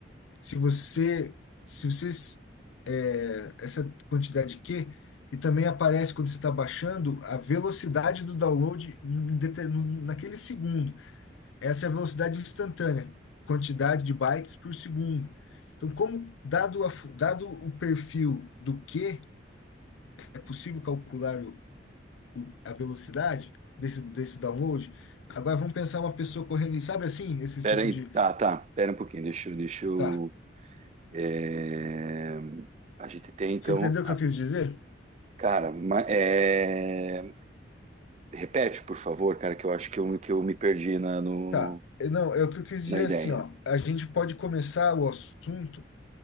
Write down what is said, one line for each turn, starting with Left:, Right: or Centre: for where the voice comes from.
Left: se você, se você, é, essa quantidade Q, e também aparece quando você está baixando a velocidade do download em deter- no- naquele segundo. Essa é a velocidade instantânea, quantidade de bytes por segundo. Então, como dado, a fu- dado o perfil do Q, é possível calcular o- o- a velocidade desse, desse download? Agora vamos pensar uma pessoa correndo, e sabe assim, esse
Right: Pera
Left: tipo
Right: aí,
Left: de.
Right: tá, tá, pera um pouquinho, deixa eu, deixa eu,
Left: Tá.
Right: é, a gente tem então,
Left: Você entendeu
Right: a-
Left: o que eu quis dizer?
Right: cara, ma- é, repete, por favor, cara, que eu acho que eu, que eu me perdi na, no,
Left: Tá. Eh, Não, é o que eu quis
Right: na
Left: dizer
Right: ideia.
Left: assim, ó. A gente pode começar o assunto,